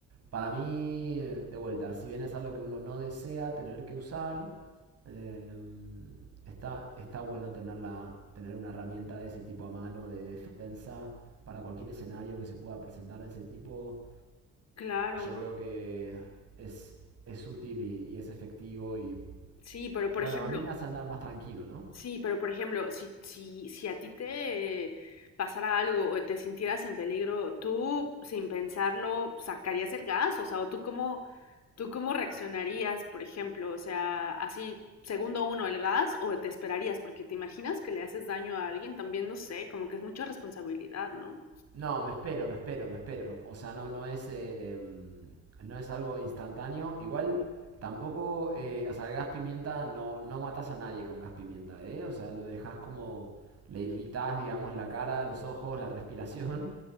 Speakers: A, on the right (about 55°); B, on the left (about 60°).
A: para mí, de vuelta, si bien es algo que uno no desea tener que usar, eh, está, está bueno tenerla, tener una herramienta de ese tipo a mano de defensa para cualquier escenario que se pueda presentar de ese tipo.
B: Claro,
A: Yo creo que es, es útil y, y es efectivo y,
B: sí, pero por
A: bueno,
B: ejemplo,
A: a mí me hace andar más tranquilo, ¿no?
B: Sí, pero por ejemplo, si, si, si a ti te eh, pasara algo o te sintieras en peligro, ¿tú sin pensarlo sacarías el gas? O sea, ¿o tú cómo, tú cómo reaccionarías, por ejemplo? O sea, así, segundo uno, el gas o te esperarías, porque te imaginas que le haces daño a alguien, también no sé, como que es mucha responsabilidad, ¿no?
A: No, me espero, me espero, me espero. O sea, no, no es, eh, mm, no es algo instantáneo. Igual tampoco, eh, o sea, el gas pimienta no, no matas a nadie con gas pimienta, ¿eh? O sea, lo dejas como, le irritas, digamos, la cara, los ojos, la respiración.